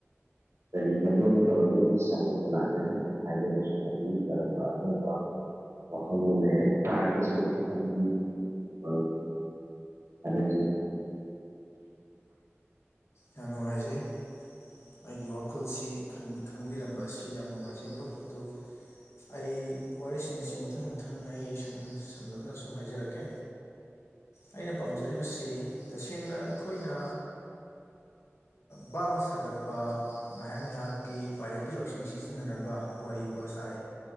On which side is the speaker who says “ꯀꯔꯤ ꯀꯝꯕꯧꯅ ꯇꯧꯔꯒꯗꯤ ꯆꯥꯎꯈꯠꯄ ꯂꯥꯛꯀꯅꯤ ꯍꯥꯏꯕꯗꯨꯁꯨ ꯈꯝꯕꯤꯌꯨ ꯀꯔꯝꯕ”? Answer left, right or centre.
Right